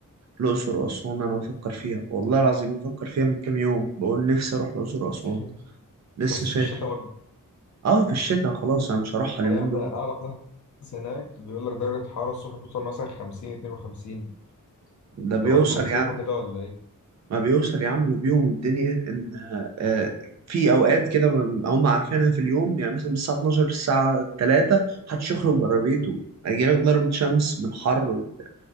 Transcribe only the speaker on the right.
الأقصر وأسوان أنا بفكر فيها والله العظيم بفكر فيها من كام يوم بقول نفسي أروح الأقصر وأسوان
لسه
شايف
اه في الشتاء خلاص انا مش هروحها اليومين
دول
ده بيوصل
يا عم
ما بيوصل يا عم بيهم الدنيا ان آه، في اوقات كده ما- هم عارفينها في اليوم يعني مثلا من الساعه 12 للساعه 3 محدش يخرج بره بيته هيجيلك ضربة شمس من حر وبتاع